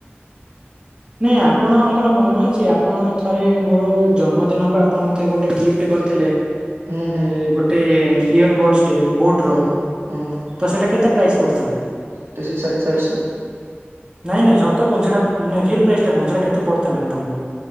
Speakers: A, on the right (about 20°); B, on the right (about 85°).
A: ନାଇଁ ଆପଣଙ୍କର ମନ ଅଛି ଆପଣ ଥରେ ମୋର ଜନ୍ମଦିନକୁ ଆପଣ ମୋତେ ଗୋଟେ ଗିଫ୍ଟ କରିଥିଲେ।
B: ହୁଁ ହୁଁ
A: ଏ ଗୋଟେ ଇୟର ବୋର୍ଟସ୍ ଟେ ବୋଟର
B: ହଁ ହଁ।
A: ତ ସେଇଟା କେତେ ପ୍ରାଇସ ପଡ଼ିଥିଲା।
B: ସେଇଟା ସେଇ ସାତଶହ ଆଠଶହ।
A: ନାଇଁ ନାଇଁ ସତ କୁହନ୍ତୁ ସେଟା ମାନେ ରିଏଲ ପ୍ରାଇସ୍ ଟା କୁହନ୍ତୁ କେତେ ପଡିଥିଲା ଆପଣଙ୍କୁ?